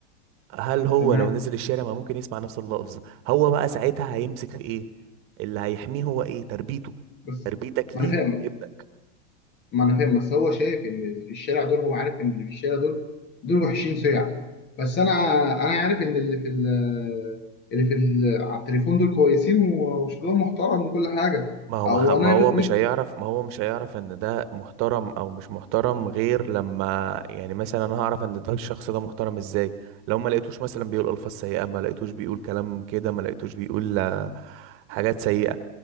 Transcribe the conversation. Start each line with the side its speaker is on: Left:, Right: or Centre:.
Right: هل هو
Left: تمام
Right: لو نزل الشارع ما ممكن يسمع نفس اللفظ هو بقى ساعتها هيمسك في ايه اللي هيحميه هو ايه تربيته
Left: بس
Right: تربيتك
Left: ما
Right: ليه
Left: انا فاهم
Right: ابنك
Left: ما انا فاهم بس هو شايف ان اللي في الشارع دول هو عارف ان اللي في الشارع دول دول وحشين سيع بس انا انا عارف ان اللي في ال- اللي في ال- على التليفون دول كويسين و- وشكلهم محترم وكل حاجه
Right: ما هو
Left: او
Right: ما ما
Left: انا
Right: هو
Left: نفسي
Right: مش هيعرف ما هو مش هيعرف ان ده محترم او مش محترم غير لما يعني مثلا انا هعرف ان ده الشخص ده محترم ازاي لو ما لقيتوش مثلا بيقول الفاظ سيئة ما لقيتوش بيقول كلام كده ما لقيتوش بيقول آه، حاجات سيئة